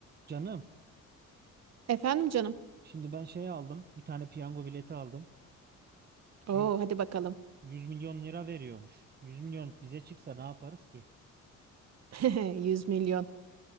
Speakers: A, on the right; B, on the right.
A: Canım,
B: Efendim canım.
A: şimdi ben şey aldım. Bir tane piyango bileti aldım.
B: Oo
A: Yüz
B: hadi bakalım.
A: milyon lira veriyormuş. 100 milyon bize çıksa ne yaparız ki?
B: <laughs> 100 milyon.